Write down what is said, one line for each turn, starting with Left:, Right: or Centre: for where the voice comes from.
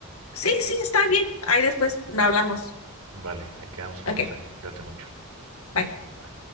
Left: Sí, sí, está bien. Ahí después hablamos.
Right: Vale, ahí quedamos por
Left: Ok,
Right: mensaje. Cuídate mucho.
Left: bye.
Right: Bye.